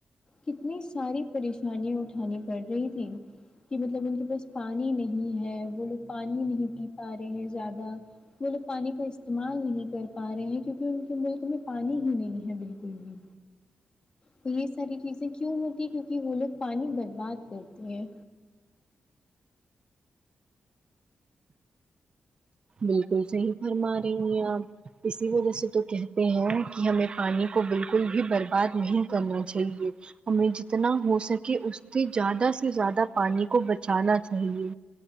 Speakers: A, on the left (about 30°); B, on the right (about 35°).
A: کتنی ساری پریشانیاں اٹھانی پڑ رہی تھیں کہ مطلب ان کے پاس پانی نہیں ہے وہ لوگ پانی نہیں پی پا رہے ہیں زیادہ وہ لوگ پانی کا استعمال نہیں کر پا رہے ہیں کیونکہ ان کے ملک میں پانی ہی نہیں ہے بالکل بھی تو یہ ساری چیزیں کیوں ہوتی ہیں کیونکہ وہ لوگ پانی برباد کرتے ہیں
B: بالکل صحیح فرما رہی ہیں آپ اسی وجہ سے تو کہتے ہیں کہ ہمیں پانی کو بالکل بھی برباد نہیں کرنا چاہیے ہمیں جتنا ہو سکے اس سے زیادہ سے زیادہ پانی کو بچانا چاہیے